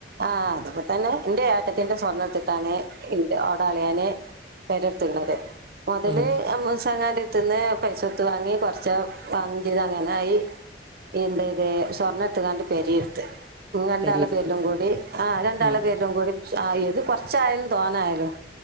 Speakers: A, on the right; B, on the right.
A: ആഹ് അതിപ്പോ തന്നെ എൻ്റെ ഏട്ടത്തിന്റെ സ്വർണം എടുത്തിട്ടാണ് എൻ്റെ അവിടെ അളിയന് പെര എടുത്തിരിക്കുന്നത് മുതല്
B: ഉം,
A: അമ്മൂസാക്കാങ്ങടുത്ത് നിന്ന് പൈസ കൊടുത്ത് വാങ്ങി കൊറച്ചു വാങ്ങുകയും ചെയ്ത് അങ്ങനെ ആയി എൻ്റെ ഇത് സ്വർണത്തക്കാണ്ട് പെര എടുത്ത് നമ്മ രണ്ടു
B: പെരിയെടുത്ത്
A: ആളെയും പേരിലും കൂടി ആഹ് രണ്ടാളെ
B: ഉം,
A: പേരിലും കൂടി ആ ഇത് കൊറച്ചായാലും തോനെ ആയാലും